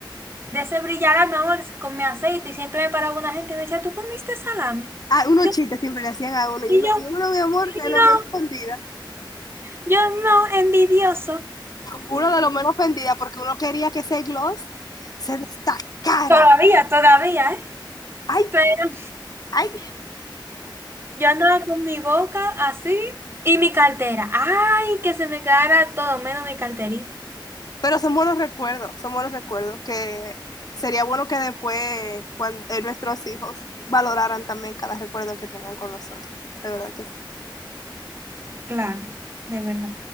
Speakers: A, on the right; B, on the left.
A: De ese brillar, mi amor, con mi aceite y siempre me paraba una gente y me decía, ¿tú comiste salami?
B: Ah, unos
A: Yo,
B: chistes siempre le hacían a uno. Y
A: y
B: uno,
A: yo,
B: y uno, mi amor, de lo
A: no,
B: menos ofendida.
A: yo no, envidioso.
B: Uno de lo menos ofendida porque uno quería que ese gloss se destacara.
A: Todavía, todavía, ¿eh?
B: Ay,
A: Pero
B: ay,
A: yo andaba con mi boca así y mi cartera. Ay, que se me quedara todo menos mi carterita.
B: Pero son buenos recuerdos, son buenos recuerdos que sería bueno que después cuan- eh, nuestros hijos valoraran también cada recuerdo que tengan con nosotros. De verdad que sí.
A: Claro, de verdad.